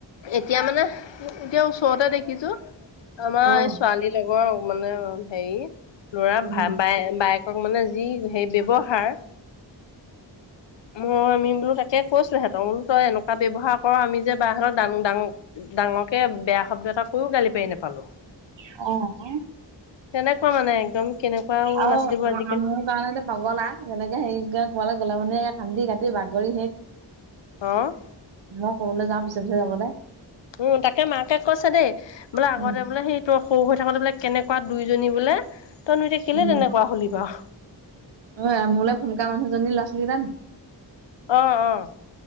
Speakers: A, on the left; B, on the right.
A: এতিয়া মানে এতিয়া ওচৰতে দেখিছো আমাৰ
B: অ',
A: এই ছোৱালী লগৰ মানে হেৰি ল'ৰা
B: উম,
A: ভাই-বাই বাইক ক মানে যি সেই ব্যৱহাৰ মই আমি বোলো তাকে কৈছো সিহঁতক বোলো তই এনেকুৱা ব্যৱহাৰ ক'ৰ, আমি যে বাহতকঁ ডাঙৰ ডাঙৰকে বেয়া শব্দ এটা কৈও গালি পাৰি নাপালো।
B: অ', আকৌ।
A: তেনেকুৱা মানে একদম কেনেকুৱা
B: আৰু
A: ল'ৰা ছোৱালীবোৰ
B: <unintelligible>
A: আজিকালি
B: মোৰ কাৰণে যে পগলা। যেনেকে হেৰি ক'বালৈ গ'লে মানে, কান্দি-কাটি বাগৰি সেই
A: অ'।
B: মই ক'বালৈ যাওঁ পিছে-পিছে যাব দে।
A: উম, তাকে মাকে কৈছে দেই, বোলে আগতে
B: উম,
A: বোলে সেই তই সৰু হৈ থাকোতে বোলে কেনেকুৱা দুইজনী বোলে, তইনো এতিয়া কেলে
B: উম,
A: তেনেকুৱা হ'লি বাৰু।
B: অ', মোৰোলৈ ফোন কৰা মানুহজনী ল'ৰা-ছোৱালী <unintelligible>
A: অ', অ'।